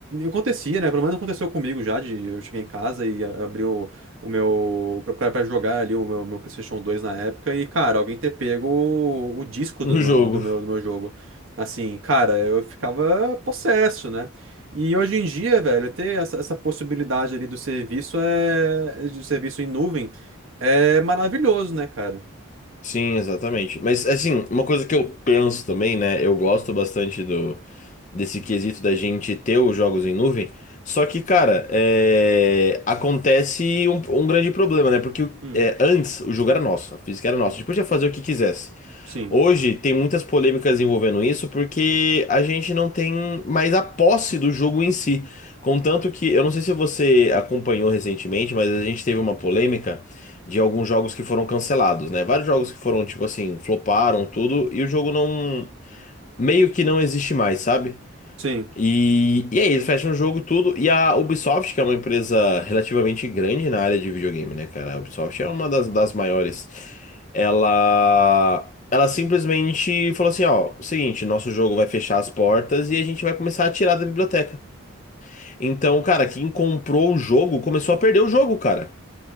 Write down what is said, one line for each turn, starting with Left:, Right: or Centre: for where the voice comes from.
Right: Acontecia, né? Pelo menos aconteceu comigo já, de eu cheguei em casa e a- abri o, o meu. Pra, pra pra jogar ali o meu, meu PlayStation dois na época, e, cara, alguém ter pego o, o disco
Left: <laughs> no
Right: do meu,
Left: jogo.
Right: do meu, do meu jogo. Assim, cara, eu ficava possesso, né? E hoje em dia, velho, ter essa, essa possibilidade ali do serviço é. do serviço em nuvem. É maravilhoso, né, cara?
Left: Sim, exatamente. Mas assim, uma coisa que eu penso também, né? Eu gosto bastante do desse quesito da gente ter os jogos em nuvem. Só que, cara, é, acontece um, um grande problema, né? Porque o-
Right: Hum,
Left: é, antes o jogo era nosso, a física era nossa, a gente podia fazer o que quisesse.
Right: sim,
Left: Hoje tem muitas polêmicas envolvendo isso porque a gente não tem mais a posse do jogo em si. Contanto que, eu não sei se você acompanhou recentemente, mas a gente teve uma polêmica de alguns jogos que foram cancelados, né? Vários jogos que foram, tipo assim, floparam tudo e o jogo não. meio que não existe mais, sabe?
Right: sim.
Left: E, e aí, eles fecham o jogo e tudo. E a Ubisoft, que é uma empresa relativamente grande na área de videogame, né, cara? A Ubisoft é uma das, das maiores. Ela. Ela simplesmente falou assim: ó, seguinte, nosso jogo vai fechar as portas e a gente vai começar a tirar da biblioteca. Então, cara, quem comprou o jogo começou a perder o jogo, cara.